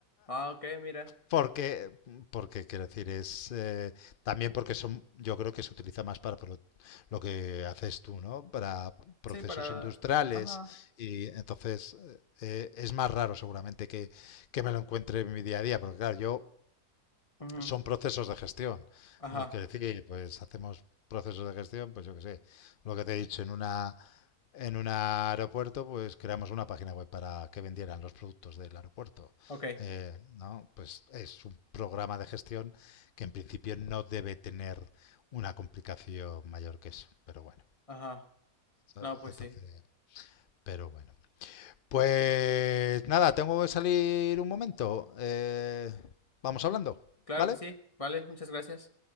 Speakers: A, on the left (about 25°); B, on the left (about 50°).
A: Ah, ok, mira.
B: porque, porque quiero decir, es eh, también porque son, yo creo que se utiliza más para pro- lo que haces tú, ¿no? Para procesos
A: Sí, para.
B: industriales
A: Ajá.
B: y entonces eh, es más raro seguramente que, que me lo encuentre en mi día a día, porque claro, yo
A: ujú,
B: son procesos de gestión.
A: Ajá.
B: Es que decir, pues hacemos procesos de gestión, pues yo qué sé, lo que te he dicho, en una en un aeropuerto, pues creamos una página web para que vendieran los productos del aeropuerto.
A: Ok.
B: Eh, ¿no? Pues es un programa de gestión que en principio no debe tener una complicación mayor que eso. Pero bueno,
A: Ajá.
B: ¿sabes?
A: No, pues
B: Entonces,
A: sí.
B: pero bueno. Pues nada, tengo que salir un momento. Eh, vamos hablando,
A: Sí. Claro
B: ¿vale?
A: que sí. Vale, muchas gracias.